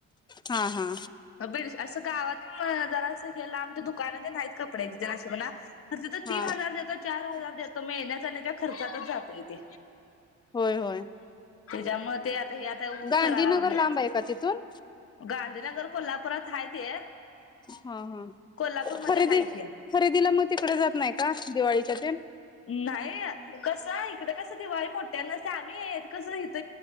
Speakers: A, on the left; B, on the left.
A: हा हा
B: बीड असं गावात जरा अस गेला लांब दुकान तेन हाइत कपड्याची तेन अशी म्हणा. खर तिथं तीन
A: हा
B: हजार देतो, चार हजार देतो म येण्या जाण्या त्या खर्चातच जातय ते.
A: होय होय
B: त्याच्यामुळे ते आता हे आता
A: गांधीनगर
B: कराय लागलोय.
A: लांब आहे का तिथून
B: गांधीनगर कोल्हापुरात हा ते.
A: हा हा
B: कोल्हापूरमध्ये
A: खरेदी
B: हाय की
A: खरेदीला मग तिकडे जात नाही का दिवाळीच्या ते
B: नाही. कसाय इकड कस दिवाळी मोठ त्यांना ते आम्ही कसं इथ